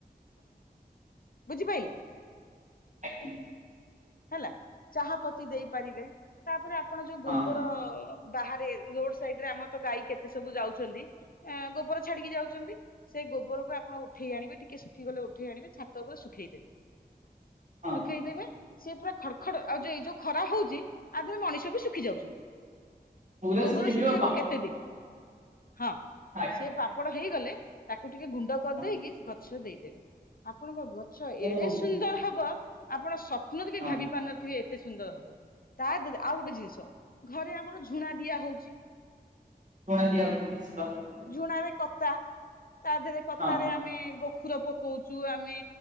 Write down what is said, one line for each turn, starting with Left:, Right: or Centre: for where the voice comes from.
Left: ବୁଝିପାରିଲେ
Right: ଆଜ୍ଞା।
Left: ହେଲା ଚାହା ପତି ଦେଇପାରିବେ ତାପରେ ଆପଣ ଯୋଉ ଗୋବର
Right: ହଁ
Left: ବାହାରେ ରୋଡ ସାଇଡ ରେ ଆମର ତ ଗାଈ କେତେ ସବୁ ଯାଉଛନ୍ତି ଗୋବର ଛାଡିକି ଯାଉଛନ୍ତି। ସେ ଗୋବରକୁ ଆପଣ ଉଠେଇ ଆଣିବେ ଟିକେ ଶୁଖି ଗଲେ ଉଠେଇ ଆଣିବେ ଛାତ ଉପରେ ଶୁଖେଇଦେବେ।
Right: ହଁ
Left: ଶୁଖେଇଦେବେ ସି ପୁରା ଖଡ ଖଡ ଆଉ ଯଇ ଯୋଉ ଖରା ହଉଛି ତାଦହରେ ମଣିଷ ବିଖ ଶଖ ଯାଉଛନ୍ତି
Right: ପୁରା
Left: ଗୋବର
Right: ଶୁଖିଯିବ
Left: ଶୁଖିବାକୁ କେତେ ଦିନ ହଁ।
Right: ହଁ।
Left: ପାପଣ ହେଇଗଲେ ତାକୁ ଟିକେ ଗୁଣ୍ଡ କରିଦେଇକି
Right: ହଁ
Left: ଗଛ ଦେଇଦେବେ ଆପଣଙ୍କ
Right: ଓହୋ
Left: ଏଡେ ସୁନ୍ଦର ହବ ଆପଣ ସ୍ୱପ୍ନରେ ବି
Right: ହଁ
Left: ଭାବି ପାରୁନଥିବେ କେତେ ସୁନ୍ଦର ହବ ତା ଦେହରେ ଆଉ ଗୋଟେ ଜିନିଷ ଘରେ ଆମର ଝୁଣା ଦିଆ ହଉଛି।
Right: କଣ ଦିଆିବା <unintelligible>
Left: ଝୁଣ ରେ କତା ତା ଦେହରେ କତା
Right: ହଁ
Left: ାରେ ଆମେ ଗୋଖର ପକଉଛୁ ଆ। ଆମେ